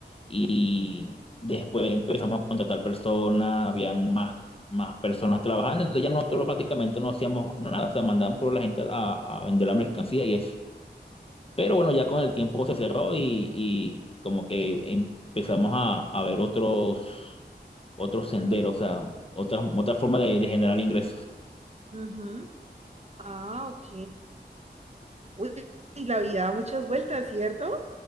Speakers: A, on the left; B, on the right.
A: y después empezamos a contratar personas, habían más, más personas trabajando, entonces ya nosotros prácticamente no hacíamos nada, o sea, mandábamos por la gente a, a vender la mercancía y eso. Pero bueno, ya con el tiempo se cerró y, y como que empezamos a, a ver otros, otros senderos,
B: Otro-
A: o sea, otras otra forma de de generar ingresos.
B: Ujú. Ah, ok. Uy, y la vida da muchas vueltas, ¿cierto?